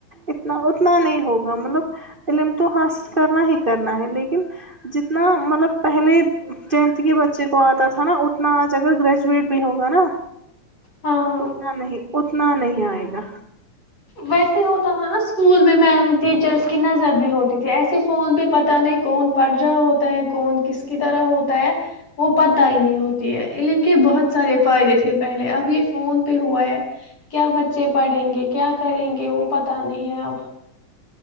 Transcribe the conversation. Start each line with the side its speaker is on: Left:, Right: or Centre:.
Right: اتنا اتنا نہیں ہوگا مطلب علم تو حاصل کرنا ہی کرنا ہے لیکن جتنا مطلب پہلے ٹینتھ کے بچے کو آتا تھا نا اتنا آج اگر گریجویٹ بھی ہوگا ہوا نا
Left: ہاں ہاں
Right: اتنا نہیں اتنا نہیں آئے گا
Left: ویسے ہوتا ہے نا اسکول میں میم ٹیچرس کی نظر بھی ہوتی تھی ایسے فون پہ پتاہ نہیں کون پڑھ رہا ہوتا ہے کون کس کی طرح ہوتا ہے وہ پت ہی نہیں ہوتی ہے علم کے بہت سارے فائدے تھے پہلے اب یہ فون پہ ہوا ہے کیا بچے پڑھیں گے کیا کریں گے وہ پتا نہیں ہے اب